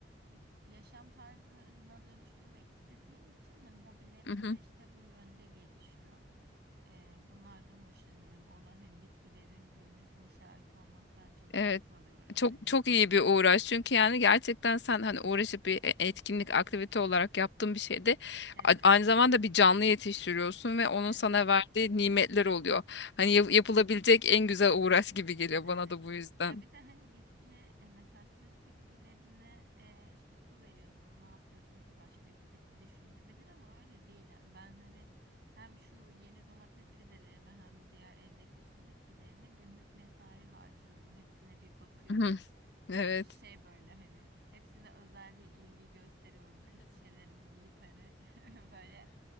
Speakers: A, on the right; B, on the left.
A: m, yaşam tarzına dönüştürmek istediğim için hani hobilerim
B: Hı hı.
A: de işte bu yönde gelişiyor. E, bunlardan hoşlanıyorum. Ona hani bitkilerin büyümesine şahit olmaktan çok
B: Evet.
A: keyif alıyorum.
B: Çok
A: Hani
B: çok iyi bir uğraş. Çünkü yani gerçekten sen hani uğraşıp bir e- etkinlik, aktivite olarak yaptığın bir şeyde
A: evet,
B: a- aynı zamanda bir canlı yetiştiriyorsun ve onun
A: evet,
B: sana verdiği nimetler oluyor. Hani
A: evet.
B: yap- yapılabilecek en güzel uğraş gibi geliyor
A: Evet.
B: bana da bu yüzden.
A: Ya bir de hani bitkiye e, mesela süs bitkilerine e, işte su veriyorsun, ne yapıyorsun ki başka gibi düşünülebilir ama öyle değil. Ben hani hem şu yeni domates fidelerime hem diğer evdeki su bitkilerine günlük mesai harcıyorum. Hepsine bir bakıyorum.
B: Hı hı.
A: E,
B: Evet.
A: şey böyle hani hepsine özel bir ilgi gösteriyorum kız çelerim deyip hani <laughs> böyle.